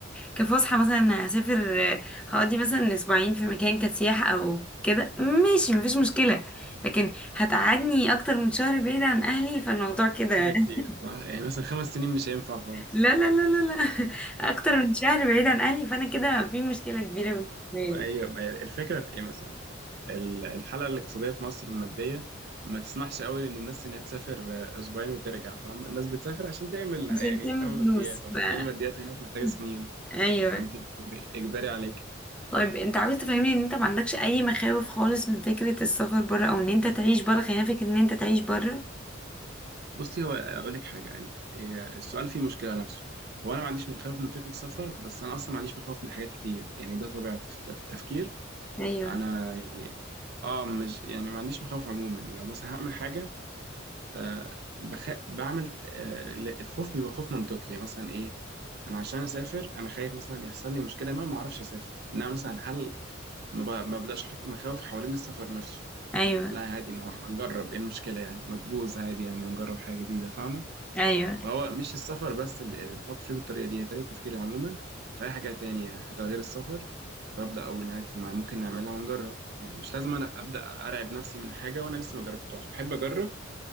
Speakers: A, in the centre; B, on the right.
A: كفسحة مثلا هسافر آه، هقضي مثلا اسبوعين في مكان كسياحة او كده ماشي مفيش مشكلة لكن هتقعدني اكتر من شهر بعيد عن اهلي فالموضوع كده
B: كده كتير
A: <laughs>
B: صح يعني مثلا خمس سنين مش هينفع خالص
A: لا لا لا لا لا <laughs> اكتر من شهر بعيد عن اهلي فانا كده في مشكلة كبيرة بالنسبة لي
B: ايوه ما هي الفكرة في ايه مثلا ال- الحالة الاقتصادية في مصر والمادية ما تسمحش قوي ان الناس انها تسافر آه، اسبوعين وترجع فاهم الناس بتسافر عشان تعمل يعني
A: عشان تعمل
B: فاهم
A: فلوس
B: ماديات وعشان
A: ف
B: تعمل ماديات هناك محتاجة
A: <laughs>
B: سنين
A: ايوه
B: فانت بتبقي اجباري عليك
A: طيب انت عاوز تفهمني ان انت ما عندكش اي مخاوف خالص من فكرة السفر بره او ان انت تعيش بره خلينا فكرة ان انت تعيش بره
B: بصي هو اقول لك حاجه انت إيه، السؤال فيه مشكله نفسه هو انا ما عنديش مخاوف من فكره السفر بس انا اصلا ما عنديش مخاوف من حاجات كتير يعني ده طبيعتي في الت- في التفكير
A: ايوه
B: انا يعني اه مش يعني ما عنديش مخاوف عموما يعني لو مثلا هعمل حاجه آه بخ... بعمل آه ل- الخوف بيبقى خوف منطقي يعني مثلا ايه انا عشان اسافر انا خايف مثلا يحصل لي مشكله ما ما اعرفش اسافر انما مثلا هل ما, ب... ما بداش احط مخاوف حوالين السفر نفسه
A: ايوه
B: لا عادي ما هنجرب ايه المشكله يعني ما تبوظ عادي يعني نجرب حاجه جديده فاهمه
A: ايوه
B: فهو مش السفر بس اللي اللي بفكر فيه بالطريقة دي هي طريقة تفكيري عموما في أي حاجة تانية حتى غير السفر فأبدأ أقول عادي ما ممكن نعملها ونجرب يعني مش لازم أنا أبدأ أرعب نفسي من حاجة وأنا لسه ما جربتهاش بحب أجرب